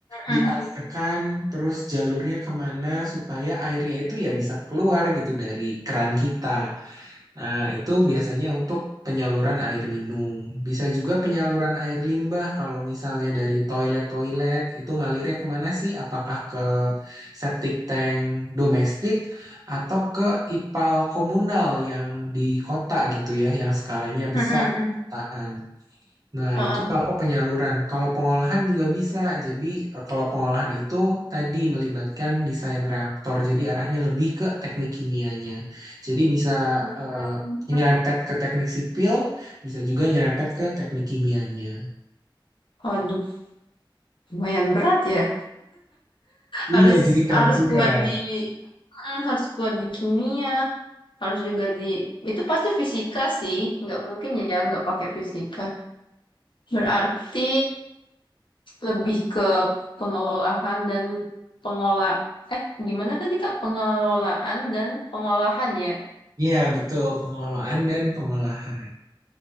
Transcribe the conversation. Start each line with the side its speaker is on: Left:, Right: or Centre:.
Left: mm-mm.
Right: dialirkan, terus jalurnya kemana supaya airnya itu ya bisa keluar gitu dari keran kita. Nah, itu biasanya untuk penyaluran air minum. Bisa juga penyaluran air limbah kalau misalnya dari toilet-toilet itu ngalirnya kemana sih? Apakah ke septic tank domestik atau ke IPAL komunal yang di kota gitu ya, yang skalanya besar
Left: Mm-mm-mm.
Right: kotaan Nah,
Left: Heeh.
Right: itu kalau penyaluran. Kalau pengolahan juga bisa. Jadi, eh, kalau pengolahan itu tadi melibatkan desain reaktor. Jadi, arahnya lebih ke teknik kimianya. Jadi, bisa
Left: Mm.
Right: eh, nyerempet ke teknik sipil, bisa juga nyerempet ke teknik kimianya.
Left: Waduh, lumayan berat ya. Harus
Right: Iya, jadi campuran.
Left: harus kuat di Hmm, harus kuat di kimia, harus juga di itu pasti fisika sih, nggak mungkin ya nggak pakai fisika. Berarti lebih ke pengelolaan dan pengolah eh gimana tadi Kak? Pengelolaan dan pengolahan ya.
Right: Iya, betul. Pengelolaan dan pengolahan.